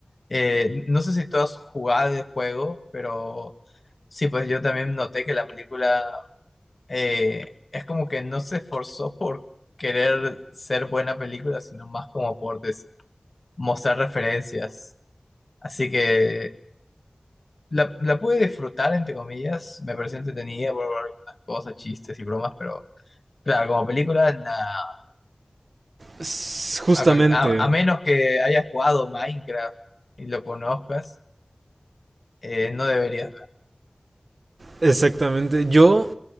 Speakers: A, on the left; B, on the right.
A: Eh, no sé si tú has jugado el juego, pero sí, pues yo también noté que la película eh, es como que no se esforzó por querer ser buena película, sino más como por des- mostrar referencias. Así que la, la pude disfrutar, entre comillas, me pareció entretenida por algunas cosas, chistes y bromas, pero claro, como película, nada.
B: Justamente,
A: A, cual- a- a menos que hayas jugado Minecraft y lo conozcas, eh, no deberías.
B: exactamente. Yo,